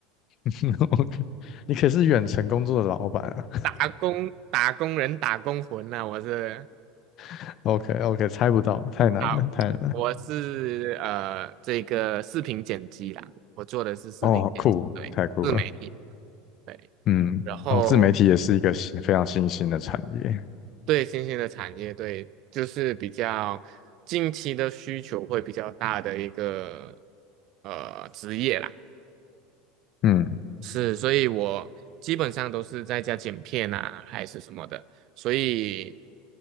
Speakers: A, on the left (about 50°); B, on the right (about 55°).
A: <laughs>，OK，你可是远程工作的老板啊
B: <laughs> 打工打工人打工魂呐、我是
A: <laughs>，OK OK，猜不到，太难了，
B: 好，
A: 太难了，
B: 我是呃这个视频剪辑啦，我做的是视频剪辑，
A: 哦，好酷，
B: 对，
A: 太酷了，
B: 自媒体，对。
A: 嗯，
B: 然后
A: 哦，自媒体也是一个新非常新兴的产业，
B: 对新兴的产业，对，就是比较近期的需求会比较大的一个呃职业啦。
A: 嗯，
B: 是，所以我基本上都是在家剪片啊，还是什么的。所以，